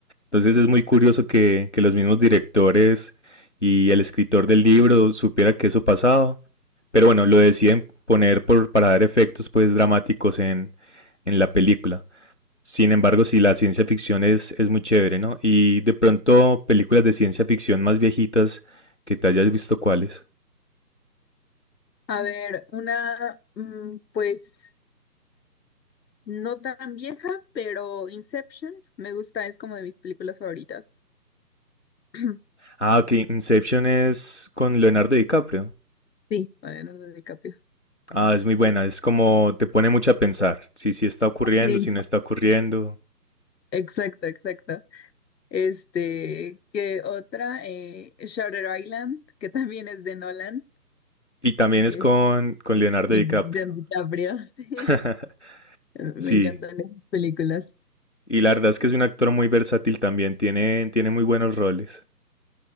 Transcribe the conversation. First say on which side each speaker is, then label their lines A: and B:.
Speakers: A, on the left; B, on the left.
A: Entonces es muy curioso que, que los mismos directores y el escritor del libro supiera que eso pasaba. Pero bueno, lo deciden poner por, para dar efectos pues dramáticos en, en la película. Sin embargo, sí, la ciencia ficción es, es muy chévere, ¿no? Y de pronto, películas de ciencia ficción más viejitas que te hayas visto cuáles.
B: A ver, una, mm, pues No tan vieja, pero Inception me gusta, es como de mis películas favoritas. <clears throat>
A: Ah, ok, Inception es con Leonardo DiCaprio.
B: Sí, Con Leonardo DiCaprio.
A: Ah, es muy buena, es como te pone mucho a pensar, si sí está ocurriendo,
B: sí.
A: si no está ocurriendo.
B: Exacto, exacto. Este, que otra, eh, Shutter Island, que también es de Nolan,
A: Y también
B: es
A: es con, con Leonardo
B: y
A: DiCaprio.
B: de DiCaprio. <laughs> sí.
A: <laughs>
B: Me
A: Sí,
B: encantan esas películas.
A: y la verdad es que es un actor muy versátil también, tiene, tiene muy buenos roles.